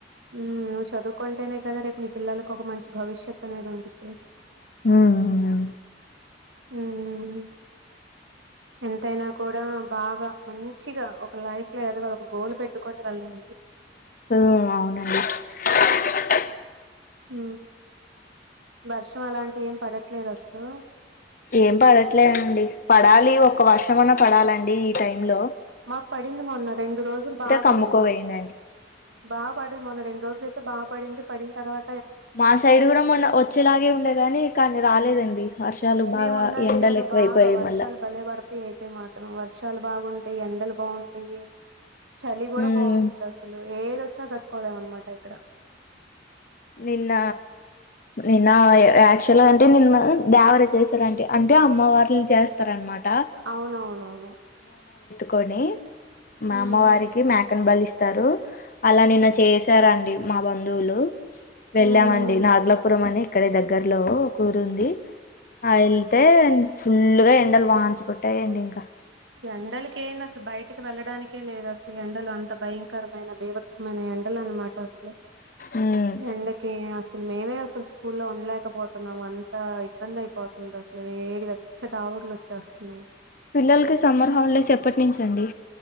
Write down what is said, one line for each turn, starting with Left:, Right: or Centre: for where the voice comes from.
Right: ఉమ్ నువ్వు చదువుకుంటేనే కదా రేపు మీ పిల్లలలకు ఒక మంచి భవిష్యత్ అనేది ఉండిది.
Left: ఉమ్ ఆ
Right: ఉమ్ మ్మ్ ఎంతైనా కూడా బాగా మంచిగా ఒక లైఫ్ లో ఏదో ఒక గోల్ పెట్టుకొని వెళ్ళండి.
Left: ఆ అవునండి <unintelligible>
Right: హ వర్షం అలాంటి ఏం పడట్లేదు అసలు
Left: ఏం పడట్లే అండి, పడాలి ఒక వర్షం అన్నా పడాలండి ఈ టైంలో.
Right: మాకు పడింది మొన్న రెండు రోజులు బాగా
Left: కమ్ముకోపోయినండి
Right: పడింది. బాగా పడది మొన్న రెండు రోజులు అయితే బాగా పడింది. పడిన తర్వా
Left: మా సైడ్ కూడా మొన్న వచ్చేలాగే ఉండేగాని కానీ రాలేదండి. వర్షాలు
Right: మేమున్న
Left: బాగా ఎండలు
Right: ఏరియాలో
Left: ఎక్కువైపోయాయి
Right: బాగా వర్షాలు
Left: మళ్ళా
Right: భలేపడితాయి. అయితే మాత్రం వర్షాలు బాగుంటాయి, ఎండలు బాగుంటాయి. చలి కూడా
Left: ఉమ్
Right: బాగుంటది అసలు ఏదొచ్చినా తట్టుకోలేం అనమాట ఇక్కడ
Left: నిన్న నిన్న యాక్చువల్గా అంటే నిన్న దేవర చేశారంటే అంటే అమ్మవళ్ని చేస్తారనమాట.
Right: అవునవునవును
Left: కొనే
Right: హ్మ్
Left: మా అమ్మవారికి
Right: హ్మ్
Left: మేకను బలి ఇస్తే ఇస్తారు అలా నిన్న చేసారండి మా బంధువులు వెళ్ళామండి
Right: హ్మ్ హ్మ్
Left: నాగలపురం అని ఇక్కడ దగ్గరలో ఒక ఉరు ఉంది. ఆ ఏల్తే ఫుల్ గా ఎండలు వాయించు కొట్టాయండి ఇంకా.
Right: ఎండలక ఏనా అసలు బయటకి వెళ్ళడానికే లేదు. అసలు ఎండలు అంత భయంకరమైన భీభత్సమైన ఎండలు అనమాట అసలు.
Left: ఉమ్
Right: ఎండకే అస్ అసలు మేమే అసలు స్కూల్లో ఉండలేకపోతున్నాం. అంత ఇబ్బంది అయిపోతున్నది అసలు వేడి వెచ్చటి ఆవిర్లు వచ్చేస్తున్నాయి.
Left: పిల్లలకి సమ్మర్ హాలిడేస్ ఎప్పటి నుంచి అండి